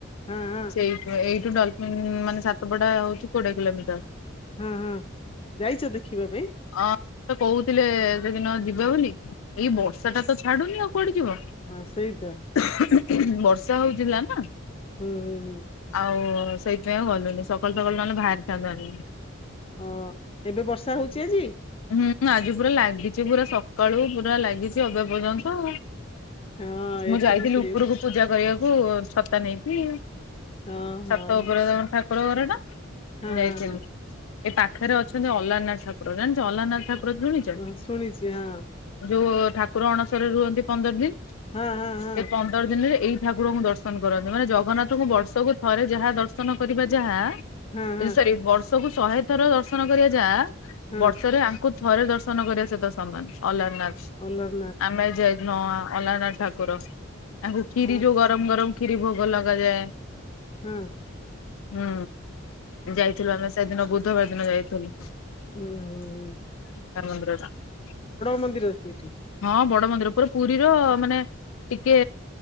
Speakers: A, on the left (about 30°); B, on the left (about 85°).
A: ହଁ ହଁ
B: ସେଇ ଏଇଠୁ ଡଲଫିନ ମାନେ ସାତପଡା ହଉଛି କୋଡିଏ କିଲୋମିଟର।
A: ହଁ ହଁ ଯାଇଛ ଦେଖିବା ପାଇଁ?
B: ଅଁ ସେ କହୁଥିଲେ ସେଦିନ ଯିବେ ବୋଲି ଏଇ ବର୍ଷା ଟା ତ ଛାଡୁନି ଆଉ କୁଆଡେ ଯିବ।
A: ଅଁ ସେଇତ।
B: <unintelligible> ବର୍ଷା ହଉଥିଲା ନା?
A: ହୁଁ ହୁଁ।
B: ଆଉ ସେଇଥିପାଇଁ ଆଉ ଗଲୁନି ସକାଳୁ ସକାଳୁ ନହେଲେ ବାହାରିଥାନ୍ତୁ ଆମେ।
A: ହଁ ଏବେ ବର୍ଷା ହଉଛି ଆଜି?
B: ହୁଁ ଆଜି ପୁରା ଲାଗିଛି ପୁରା ସକାଳୁ ପୁରା ଲାଗିଛି ଏବେ ପର୍ଯ୍ୟନ୍ତ ଆଉ।
A: ହଁ
B: ମୁଁ
A: ଏଠି
B: ଯାଇଥିଲି
A: ବି ସେଇ
B: ଉପୁରୁକୁ ପୂଜା କରିଆକୁ ଛତା ନେଇକି,
A: ହଁ ହଁ
B: ଛାତ ଉପରେ ତାଙ୍କ ଠାକୁର ଘର ଟା।
A: ହଁ
B: ମୁଁ ଯାଇଥିଲି,
A: ହଁ
B: ଏ ପାଖେରେ ଅଛନ୍ତି ଅଲାରନାଥ ଠାକୁର, ଜାଣଚ ଅଲାରନାଥ ଠା କୁର ସୁଣିଛ
A: ହଁ ଶୁଣିଛି ହଁ
B: ଯୋଉ ଠାକ ପୁର ଅଣସରରେ ରୁହନ୍ତି ପନ୍ଦର୍ ଦିନ୍,
A: ହଁ ହଁ ହଁ
B: ସେ ପନ୍ଦର ଦିନିରେ ଏଇ ଠାକୁରଙ୍କୁ ଦର୍ଶନ କରନ୍ତି, ମାନେ ଜଗନ୍ନାଥଙ୍କୁ ବର୍ଷକୁ ଥରେ ଯାହା ଦର୍ଶନ କରିବା ଯାହା ଏ
A: ହଁ ହଁ ହଁ
B: ସରି ବର୍ଷକୁ ଶହେ ଥର ଦର୍ଶନ କରିବା ଯା
A: ହଁ
B: ବର୍ଷରେ ଆଙ୍କୁ ଥରେ ଦର୍ଶନ କରିବା ସହିତ ସମାନ୍ ଅଲାରନାଥ୍,
A: ଅଲାରନାଥ
B: ଆମେ ଯାଇ ହଁ ଅଲାରନାଥ ଠାକୁର, ତାଙ୍କୁ ଖିରି
A: ହଁ
B: ଯୋଉ ଗରମ୍ ଗରମ୍ ଖିରି ଭୋଗ ଲଗାଯାଏ।
A: ହୁଁ।
B: ହୁଁ, ଯାଇଥିଲୁ ଆମେ ସେଦିନ, ବୁଧବାର ଦିନ ଯାଇଥେଲୁ।
A: ଉଁ, ହୁଁ, ହୁଁ।
B: <unintelligible> ମନ୍ଦିର ଟା ହଁ,
A: ମନ୍ଦିର ସେଇଠି
B: ବଡ ମନ୍ଦିର ପୁରା ପୁରୀର ମାନେ ଟିକେ